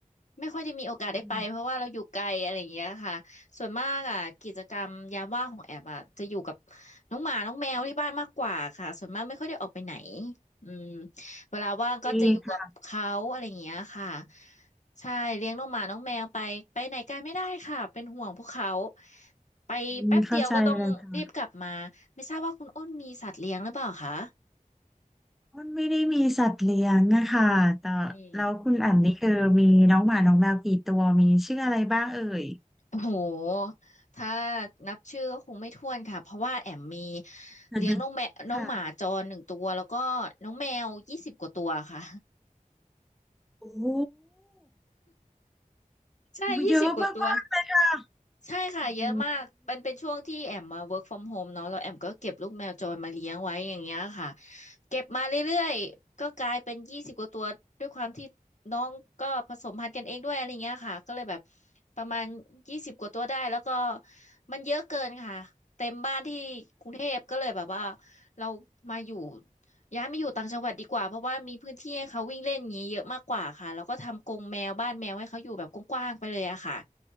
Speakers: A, on the left; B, in the centre.
A: ไม่ค่อยได้มีโอกาสได้ไปเพราะว่าเราอยู่ไกลอะไรอย่างเงี้ยค่ะส่วนมากอ่ะกิจกรรมยามว่างของแอบอ่ะจะอยู่กับ
B: อืม
A: น้องหมาน้องแมวที่บ้านมากกว่าค่ะส่วนมากไม่ค่อยได้ออกไปไหนอืมเวลาว่างก็จะอยู่กับเขาอะไรอย่างเงี้ยค่ะ
B: ดีค่ะ
A: ใช่เลี้ยงน้องหมาน้องแมวไปไปไหนไกลไม่ได้ค่ะเป็นห่วงพวกเขาไปแป๊บเดียวก็ต้องรีบกลับมาไม่ทราบว่าคุณอ้นมีสัตว์เลี้ยงหรือเปล่าคะ
B: อืมเข้าใจเลยค่ะอ้นไม่ได้มีสัตว์เลี้ยงนะคะแต่แล้วคุณแอมนี่คือมีน้องหมาน้องแมวกี่ตัวมีชื่ออะไรบ้างเอ่ย
A: อืม โอ้โห ถ้านับชื่อก็คงไม่ถ้วนค่ะ เพราะว่าแอมมี
B: <laughs>
A: เลี้ยงน้องแมวน้องหมาจรหนึ่งตัวแล้วก็น้องแมวยี่สิบกว่าตัวค่ะ
B: ค่ะโอ้โห
A: ใช่ยี่สิบกว่าตัว
B: เยอะมากๆเลยค่ะ
A: ใช่ค่ะเยอะมากมันเป็นช่วงที่แอมมา
B: โอ้โห
A: work from home เนาะแล้วแอมก็เก็บลูกแมวจรมาเลี้ยงไว้อย่างเงี้ยค่ะเก็บมาเรื่อยๆก็กลายเป็นยี่สิบกว่าตัวด้วยความที่น้องก็ผสมพันธุ์กันเองด้วยอะไรเงี้ยค่ะก็เลยแบบประมาณยี่สิบกว่าตัวได้แล้วก็มันเยอะเกินค่ะเต็มบ้านที่กรุงเทพก็เลยแบบว่าเรามาอยู่ย้ายมาอยู่ต่างจังหวัดดีกว่าเพราะว่ามีพื้นที่ให้เขาวิ่งเล่นอย่างนี้เยอะมากกว่าค่ะแล้วก็ทำกรงแมวบ้านแมวให้เขาอยู่แบบกว้างๆไปเลยอะค่ะ